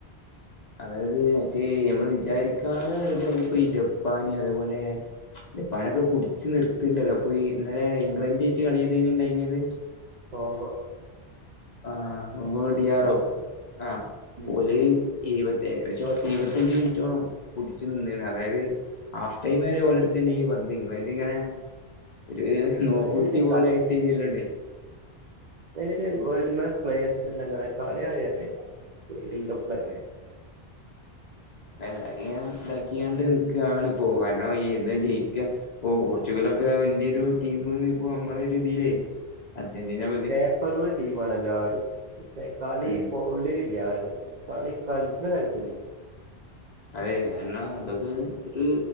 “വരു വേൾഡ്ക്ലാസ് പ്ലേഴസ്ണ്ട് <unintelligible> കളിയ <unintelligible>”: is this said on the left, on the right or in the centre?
Right